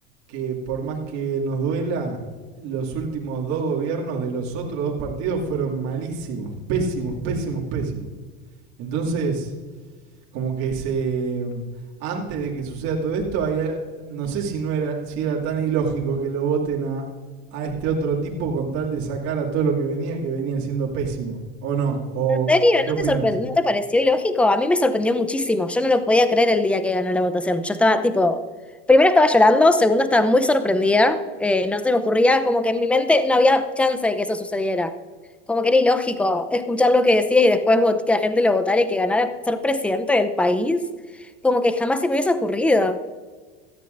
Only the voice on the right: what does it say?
que por más que nos duela, los últimos dos gobiernos de los otros dos partidos fueron malísimos, pésimos, pésimos, pésimos. Entonces, como que se mm, antes de que suceda todo esto, hay, no sé si no era, si era tan ilógico que lo voten a, a este otro tipo con tal de sacar a todo lo que venía, que venía siendo pésimo, o no, o
¿qué
opinas?